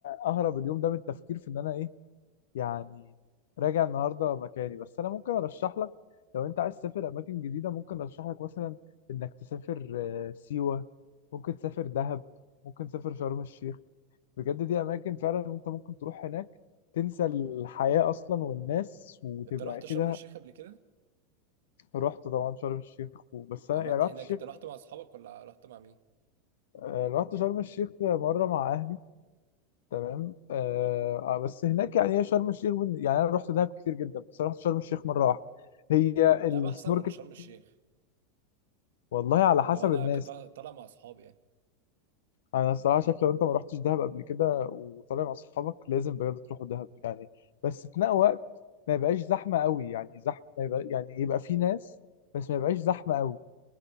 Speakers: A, on the left (about 80°); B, on the right (about 80°).
A: أهرب اليوم ده من التفكير في إن أنا إيه يعني راجع النهارده مكاني بس انا ممكن ارشح لك لو انت عايز تسافر اماكن جديده ممكن ارشح لك مثلا انك تسافر آه، سيوه ممكن تسافر دهب ممكن تسافر شرم الشيخ بجد دي اماكن فعلا انت ممكن تروح هناك تنسى الحياه اصلا والناس وتبقى
B: انت رحت
A: كده
B: شرم الشيخ قبل كده
A: رحت طبعا شرم الشيخ وبس
B: عملت
A: انا يعني رحت
B: ايه هناك
A: الشيخ
B: انت رحت مع اصحابك ولا رحت مع مين
A: آه، رحت شرم الشيخ مره مع اهلي تمام آه آه، بس هناك يعني هي شرم الشيخ بن... يعني انا رحت دهب كتير جدا بس أنا رحت شرم الشيخ مره واحده هي
B: ده
A: السنوركلينج
B: احسن ولا شرم الشيخ
A: فيها والله على حسب
B: لو انا
A: الناس
B: كنت طالع مع اصحابي يعني
A: انا الصراحه شايف لو انت ما رحتش دهب قبل كده وطالع مع اصحابك لازم بجد تروحوا دهب يعني بس في نفس وقت ما يبقاش زحمه قوي يعني زحمه يبقى يعني يبقى في ناس بس ما يبقاش زحمه قوي